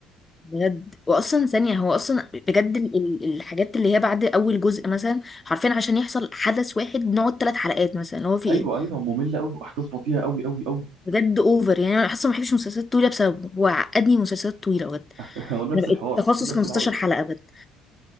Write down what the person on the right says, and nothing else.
ايوه
ايوه ممله قوي واحداث بطيئه قوي قوي قوي
<laughs> هو نفس
الحوار
<laughs> نفس
العقده